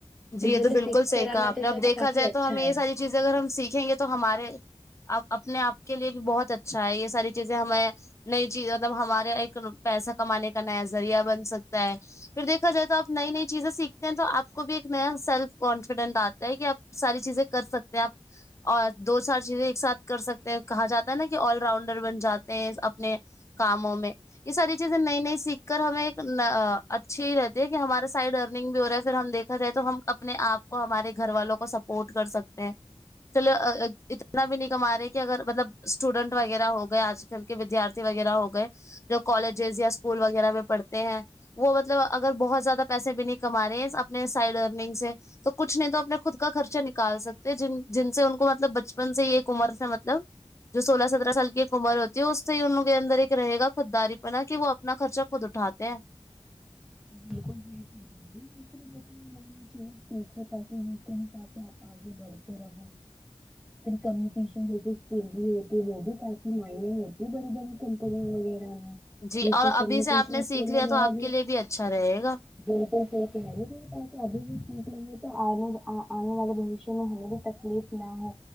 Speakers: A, on the left; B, in the centre.
A: جی
B: اس
A: یہ
B: لیے
A: تو بالکل
B: سیکھتے
A: صحیح
B: رہنا
A: کہا آپ
B: تو
A: نے
B: چاہتا
A: اب دیکھا
B: کافی
A: جائے
B: اچھا
A: تو ہمیں
B: ہے
A: یہ ساری چیزیں اگر ہم سیکھیں گے تو ہمارے اب اپنے آپ کے لیے بھی بہت اچھا ہے یہ ساری چیزیں ہمیں نئی چیز مطلب ہمارے ایک پیسہ کمانے کا نیا ذریعہ بن سکتا ہے پھر دیکاائے تو آپ نئی نئی چیزیں سیکھتے ہیں تو آپ کو بھی ایک نیا سیلف کانفیڈنٹ آتا ہے کہ آپ ساری چیزیں کر سکتے ہیں آپ اور دو سار چیزیں ایک ساتھ کر سکتے ہیں کہا جاتا ہے نا کہ آل راؤنڈر بن جاتے ہیں اپنے کاموں میں یہ ساری چیزیں نئی نئی سیکھ کر ہمیں ایک اچھی ہی رہتی ہے کہ ہمارا سائڈ ارنگ بھی ہو رہا ہے پھر ہم دیکھ تو ہم اپنے آپ کو ہمارے گھر والوں کو سپورٹ کر سکتے ہیں چلے اتنا بھی نہیں کما رہے کہ اگر مطلب اسٹوڈنٹ وغیرہ ہو گئے آج کل کے ودیارتھی وغیرہ ہو گئے جو کالجز یا اسکول وغیرہ میں پڑھتے ہیں وہ مطلب اگر بہت زیادہ پیسے بھی نہیں کما رہے ہیں اپنے سائڈ ارننگ سے تو کچھ نہیں تو اپنے خود کا خرچہ نکال سکتے جن سے ان کو مطلب بچپن سے ہی ایک عمر سے مطلب جو سولہ سترہ سال کی ایک عمر ہوتی ہے اس سے ہی انوں کے اندر ایک رہےا خودداری پنا کہ وہ اپنا خرچہ خود اٹھاتے ہیں
B: بالکل تھیک چاہیکھو تاکہ ان کے حساب سے آپ آگے بڑھتے رہو پھر کمیونکیشن جیسے فکر بھی ہوتی ہے وہ بھی کافی مائل ہوتی ہے بڑی بڑی کمپنی وغیرہ میں
A: جی
B: جیسے
A: اور
B: کمیونیکیشن
A: ابھی سے آپ نے
B: اسکل
A: سیکھ لیا
B: وغیرہ
A: تو آپ کے لیے بھی اچھا رہے گا
B: بالکل صحیح کہہ رہی ہیں اپ ابھی بھی سٹھ نہیں ہے تو آنے آنے والے بوشیہ میں ہمیں بھی تکلیف نہ ہو